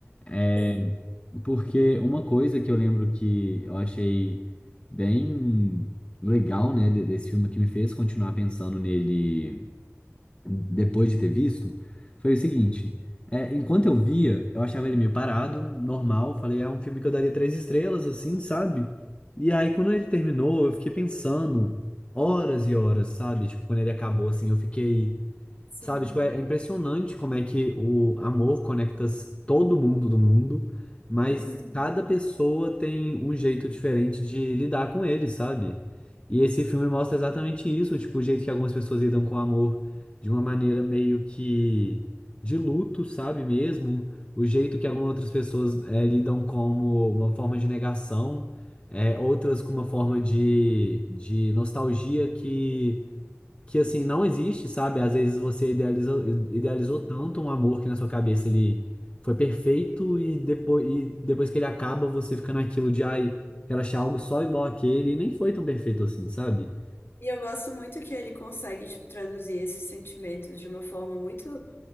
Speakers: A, on the left; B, on the left.
A: É,
B: tem,
A: porque uma coisa que eu lembro que eu achei bem legal, né, de- desse filme que me fez continuar pensando nele depois de ter visto, foi o seguinte. é, enquanto eu via, eu achava ele meio parado, normal. Falei, é um filme que eu daria três estrelas, assim, sabe? E aí, quando ele terminou, eu fiquei pensando horas e horas, sabe? Tipo, quando ele acabou, assim, eu fiquei.
B: sim.
A: Sabe, tipo, é é impressionante como é que o amor conecta s- todo mundo do mundo, mas
B: Uhum.
A: cada pessoa tem um jeito diferente de lidar com ele, sabe? E esse filme mostra exatamente isso, tipo, o jeito que algumas pessoas lidam com o amor de uma maneira meio que de luto, sabe mesmo? O jeito que algumas outras pessoas eh, lidam como uma forma de negação, eh, outras com uma forma de, de nostalgia que que assim não existe, sabe? Às vezes você idealizou, idealizou
B: Sim.
A: tanto um amor que na sua cabeça ele foi perfeito e depois, e depois que ele acaba, você fica naquilo de ai, quero achar algo só igual àquele e nem foi tão perfeito assim, sabe?
B: E eu gosto muito que ele consegue, tipo, traduzir esses sentimentos de uma forma muito